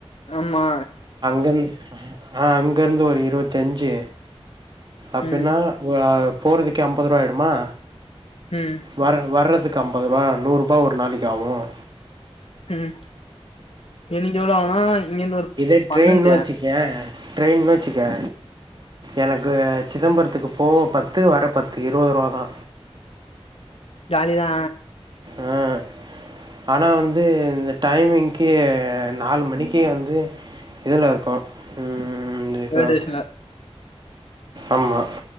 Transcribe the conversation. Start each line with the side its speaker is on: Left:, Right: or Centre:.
Left: ஆம்மா
Right: அங்கந்து ஆ அங்கருந்து ஒரு இருவத்தி அஞ்சி அப்பின்னா
Left: ம்
Right: ஒ ஆ போறதுக்கே ஐம்பதுருவா ஆய்டுமா
Left: ம்
Right: வர வரதுக்கு ஐம்பதுருவா நூறுபா ஒரு நாளைக்கு ஆவும்
Left: ம் எனுகி எவ்ளோ ஆவுனா இங்கிந்து ஒரு
Right: இதே ட்ரெயின்னு
Left: பன்னெண்டு
Right: வச்சுகியே ட்ரெயின்னு வச்சுகே எனக்கு சிதம்பரத்துக்கு போவ பத்து வரப் பத்து இருவதுருவாதா
Left: ஜாலிதா
Right: அ ஆனா வந்து இந்த டைமிங்க்கே நாலு மணிக்கி வந்து இதுல இருக்கோ ம் வந்து நிசப்
Left: ரயில்வே ஸ்டேஷன்ல
Right: அம்மா